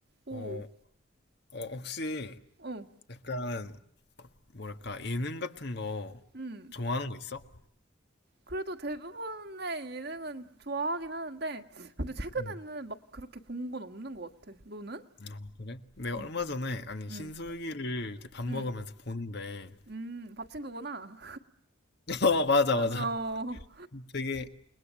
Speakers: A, on the right; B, on the left.
A: 오,
B: 어, 어, 혹시
A: 어,
B: 약간 뭐랄까 예능 같은 거
A: 음.
B: 좋아하는 거 있어?
A: 그래도 대부분의 예능은 좋아하긴 하는데, 근데 최근에는
B: 음.
A: 막 그렇게 본 건 없는 것 같아. 너는?
B: 아, 그래? 내가
A: 응,
B: 얼마 전에 아니 신솔기를
A: 응,
B: 이제 밥 먹으면서
A: 응,
B: 보는데
A: 음, 밥친구구나.
B: <laughs> 어 맞아
A: <laughs>
B: 맞아
A: 어,
B: 되게